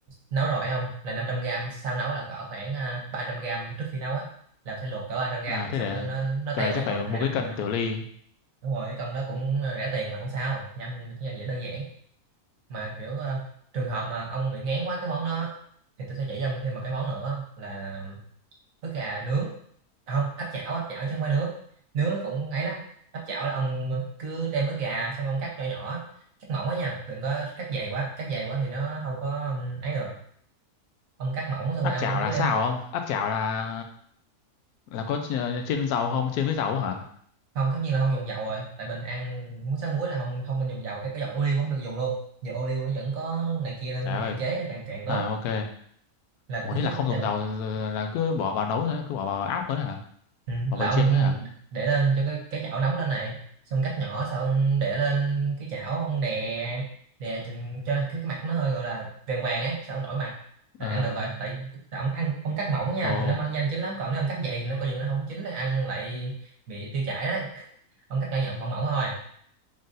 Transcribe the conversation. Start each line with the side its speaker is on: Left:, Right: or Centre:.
Right: nấu rồi không là 500 gram sau nấu là cỡ khoảng à, 300 gram trước khi nấu á là sẽ luộc cỡ 300 gram
Left: À thế
Right: xong
Left: để
Right: nó nó nó teo
Left: cái này
Right: về
Left: chắc
Right: còn
Left: phải
Right: 200
Left: mua cái cân
Right: gram
Left: tiểu ly.
Right: đúng rồi cái con đó cũng ờ, rẻ tiền mà không sao nhanh cái dễ đơn giản mà kiểu ờ, trường hợp mà ông bị ngán quá cái món đó thì tôi sẽ chỉ cho ông thêm một cái món nữa là ức gà nướng à, không áp chảo áp chảo chứ không phải nướng nướng nó cũng ấy lắm áp chảo là ông cứ đem ức gà xong ông cắt nhỏ nhỏ cắt mỏng quá nha đừng có cắt dày quá cắt dày quá thì nó không có ừm, ấy được ông cắt mỏng xong
Left: Áp
Right: rồi ông
Left: chảo
Right: cứ
Left: là
Right: đem
Left: sao không? Áp chảo là là có ch- chiên dầu không? Chiên với dầu hả?
Right: không tất nhiên là không dùng dầu rồi tại mình ăn muối xá muối là không không nên dùng dầu cái cái dầu ô liu cũng không được dùng luôn dầu ô liu nó vẫn có này kia nên
Left: Trời ơi.
Right: hạn chế càng càng tốt
Left: À ok.
Right: là
Left: Ủa
Right: cứ
Left: thế là không dùng
Right: đeo,
Left: dầu ờ, là cứ bỏ vào nấu thôi, cứ bỏ vào áp thôi hả?
Right: ừ,
Left: Bỏ
Right: là
Left: vào
Right: ông
Left: chiên thôi hả?
Right: để lên cho cái cái chảo nóng lên này xong cắt nhỏ xong ông để lên cái chảo ông đè đè chừng cho cái cái mặt nó hơi gọi là vàng vàng ấy xong ông đổi mặt là
Left: Ờ
Right: ăn được rồi tại tại ông ăn ông cắt mỏng nha
Left: ồ
Right: thì nó nhanh nhanh chín lắm còn nếu ông cắt dày thì nó coi chừng nó không chín nó ăn lại bị tiêu chảy đấy ông cắt nhỏ nhỏ mỏng mỏng thôi